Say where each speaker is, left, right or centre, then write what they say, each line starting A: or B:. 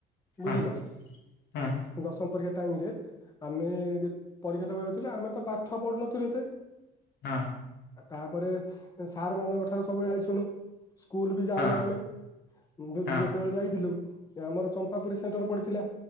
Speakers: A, on the left; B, on the left.
A: ହଁ
B: ବୁଝିଲ
A: ହଁ ହଁ
B: ଦଶମ ପରୀକ୍ଷା ଟାଇମରେ ଆମେ ଯେତ୍ ପରୀକ୍ଷାଦବାକୁ ଯାଉଥିଲୁ ଆମେ ତ ପାଠ ପଢୁନଥିଲୁ ଏତେ
A: ହଁ।
B: ତାପରେ ସାର୍ ମାନଙ୍କ ଠାରୁ ସବୁବେଳେ ଗାଳି ଶୁଣୁ। ସ୍କୁଲ୍ ବି ଯାଉନା
A: ହଁ ହଁ
B: ଆମେ ଯେତେବେଳେ
A: ହଁ ହଁ
B: ଯାଇଥିଲୁ। ଆମର ଚମ୍ପାପୁରୀ ସେଣ୍ଟର ପଡିଥିଲା